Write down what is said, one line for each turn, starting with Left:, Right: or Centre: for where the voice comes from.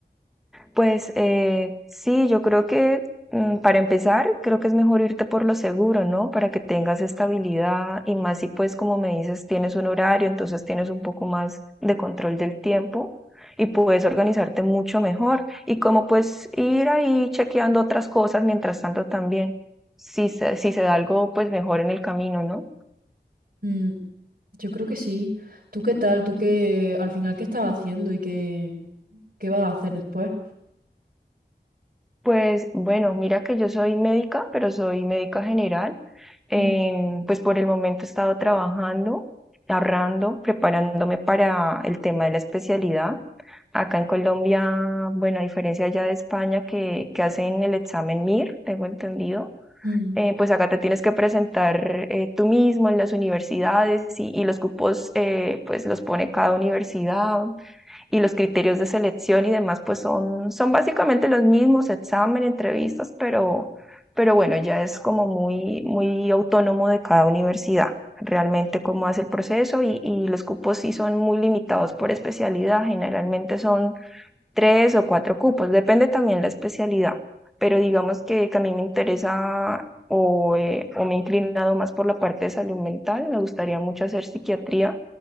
Centre: Pues eh, sí, yo creo que mm, para empezar, creo que es mejor irte por lo seguro, ¿no? Para que tengas estabilidad y más si pues como me dices, tienes un horario, entonces tienes un poco más de control del tiempo y puedes organizarte mucho mejor. Y como pues ir ahí chequeando otras cosas mientras tanto también, si se, si se da algo pues mejor en el camino, ¿no?
Right: Mm, yo creo que sí. ¿Tú qué tal? ¿Tú qué al final qué estás haciendo y qué, qué vas a hacer después?
Centre: Pues bueno, mira que yo soy médica, pero soy médica general. Em,
Right: Mm.
Centre: pues por el momento he estado trabajando, ahorrando, preparándome para el tema de la especialidad. Acá en Colombia, bueno, a diferencia ya de España que, que hacen el examen MIR, tengo entendido,
Right: Mm.
Centre: eh, pues acá te tienes que presentar eh, tú mismo en las universidades y, y los cupos eh, pues los pone cada universidad y los criterios de selección y demás, pues son, son básicamente los mismos, examen, entrevistas, pero, pero bueno, ya es como muy, muy autónomo de cada universidad, realmente cómo hace el proceso y, y los cupos sí son muy limitados por especialidad, generalmente son tres o cuatro cupos, depende también la especialidad, pero digamos que, que a mí me interesa o, eh, o me he inclinado más por la parte de salud mental, me gustaría mucho hacer psiquiatría,